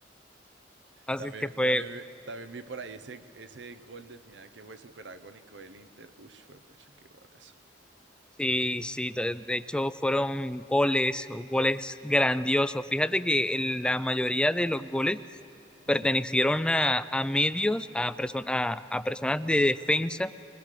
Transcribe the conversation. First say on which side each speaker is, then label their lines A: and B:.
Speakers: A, in the centre; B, on the right.
A: así
B: También,
A: que fue
B: también, también vi por ahí ese, ese gol del final que fue súper agónico del Inter. Ush, fue pucha, qué golazo.
A: Sí, sí, de de hecho fueron goles, goles grandiosos. Fíjate que el- la mayoría de los goles
B: Ujú.
A: pertenecieron a, a medios, a, perso- a, a personas de defensa